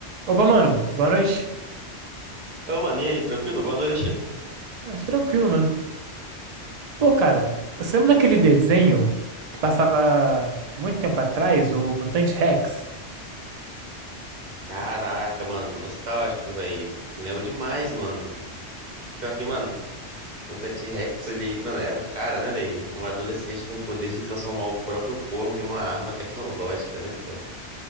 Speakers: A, on the right; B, on the right.
A: Opa, mano, boa noite.
B: Ô, mano, e aí, tranquilo? Boa noite.
A: Mano, tô tranquilo, mano. Pô, cara, você lembra daquele desenho que passava muito tempo atrás, o Mutante Rex?
B: Caraca, mano, nostálgico, velho. Lembro demais, mano. Pior que, mano, Mutante Rex, ele, mano, era o cara, né, velho? Um adolescente com o poder de transformar o próprio corpo em uma arma tecnológica, né, cara?